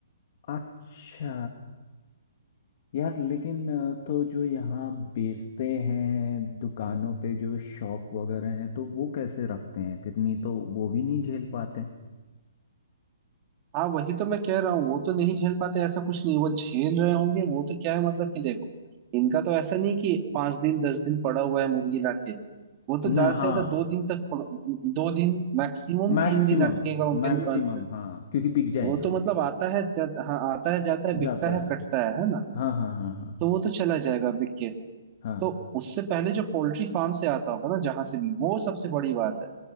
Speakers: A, on the left; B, on the right.
A: अच्छा यार लेकिन अ, तो जो यहाँ बेचते हैं दुकानों पे जो शॉप वगैरह हैं तो वो कैसे रखते हैं फिर नहीं तो वो भी नहीं झेल पाते
B: हाँ वही तो मैं कह रहा हूँ वो तो नहीं झेल पाते ऐसा कुछ नहीं वो झेल रहे होंगे वो तो क्या है मतलब कि देखो इनका तो ऐसा नहीं कि पांच दिन दस दिन पड़ा हुआ है मुर्गी लाके वो तो
A: ना
B: ज्यादा से
A: हाँ
B: ज्यादा दो दिन तक पक- दो दिन मैक्सिमम
A: मैक्सिमम
B: तीन दिन अटकेगा उनके
A: मैक्सिमम
B: दुकान पे
A: हाँ क्योंकि बिक जाएगा
B: वो तो
A: वो
B: मतलब आता है जा- हाँ आता है जाता है बिकता
A: जाता
B: है
A: है
B: कटता है है ना
A: हाँ हाँ हाँ हाँ
B: तो वो तो चला जाएगा बिक के
A: हाँ।
B: तो उससे पहले जो पोल्ट्री फार्म से आता होगा ना जहां से भी वो सबसे बड़ी बात है